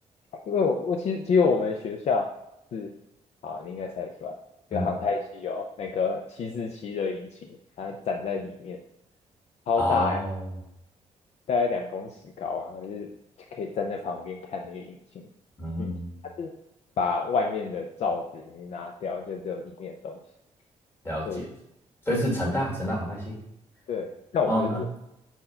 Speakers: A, on the left; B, on the left.
A: 因为我我其实只有我们学校是，好，你应该猜得出来，
B: 嗯，
A: 就航太系有那个七四七的引擎，它展在里面，超大诶，
B: 哦，
A: 大概两公尺高，然后就是就可以站在旁边看那个引擎具体它是把外面的罩子已经拿掉，
B: 嗯，
A: 就只有里面的东西。
B: 了解。
A: 对，
B: 所以是成大成大航太系。
A: 其实对，但我不是赌，
B: 哦，那